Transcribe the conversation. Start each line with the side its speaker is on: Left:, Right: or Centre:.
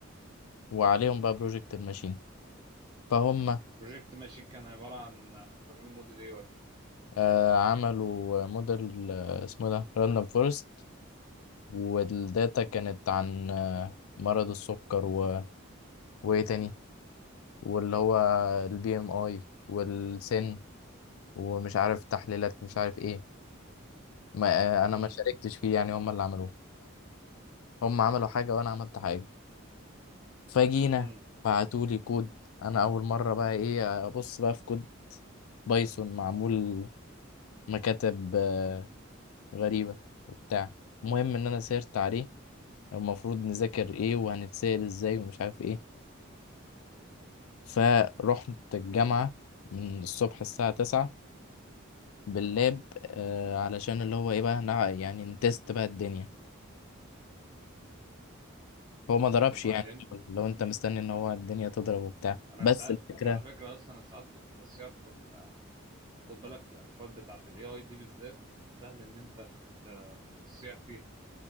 Left: وعليهم بقى بروجكت الماشين فهم
Right: بروجكت ماشين كان عباره عن مستخدمين موديل ايه ولا
Left: آه عملوا موديل آه اسمه ده راندوم فورست والداتا كانت عن آه مرض السكر و... وايه تاني واللي هو البي ام اي والسن ومش عارف تحليلات مش عارف ايه ما
Right: امم
Left: انا ما شاركتش فيه يعني هم اللي عملوه فهم عملوا حاجه وانا عملت حاجه فجينا
Right: امم
Left: بعتولي كود انا اول مره بقى ايه ابص بقى في كود بايثون معمول مكاتب آه، غريبه وبتاع المهم ان انا سيرت عليه المفروض نذاكر ايه وهنتسأل ازاي ومش عارف ايه فرحت الجامعه من الصبح الساعه 9 باللاب آه علشان اللي هو ايه بقى نع- يعني نتست بقى الدنيا هو ما ضربش
Right: وبعدين
Left: يعني لو انت مستني ان هو الدنيا تضرب وبتاع
Right: انا
Left: بس
Right: ساعات
Left: الفكرة
Right: على فكره اصلا انا ساعات كنت بصيح في ال... خد بالك في الاكواد بتاعت الاي اي دي بالذات سهل ان انت ت- تصيح فيها